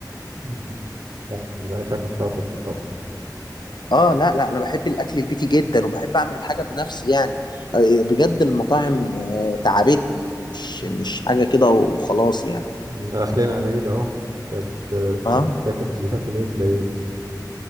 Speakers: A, on the right; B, on the left.
A: مهم. لا شكلك شاطر في الطبخ
B: اه لا لا انا بحب الاكل البيتي جدا وبحب اعمل الحاجه بنفسي يعني آه، بجد المطاعم آه، تعبتني مش
A: مهم.
B: مش حاجه كده وخلاص يعني
A: داخلين على العيد اهو بت- بت-
B: اه
A: بتاكل بتاكل ايه في العيد